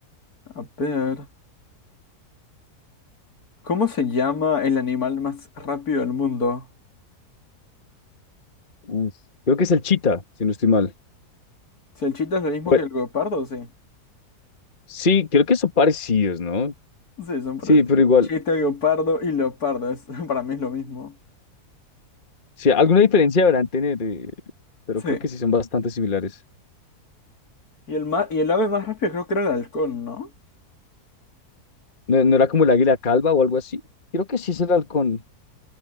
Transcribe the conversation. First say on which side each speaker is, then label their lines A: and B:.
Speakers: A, on the left; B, on the left.
A: A ver, ¿cómo se llama el animal más rápido del mundo?
B: Uf, Creo que es el chita, si no estoy mal.
A: Si el chita es lo mismo
B: Bueno,
A: que el guepardo, sí.
B: sí, creo que son parecidos, ¿no?
A: Sí, son parecidos.
B: Sí, pero igual,
A: Chita, guepardo y leopardo, es, <laughs> para mí es lo mismo.
B: sí, alguna diferencia deberán tener, eh, pero
A: Sí.
B: creo que sí son bastante similares.
A: Y el, ma- y el ave más rápida creo que era el halcón, ¿no?
B: ¿No, no era como el águila calva o algo así? Creo que sí es el halcón.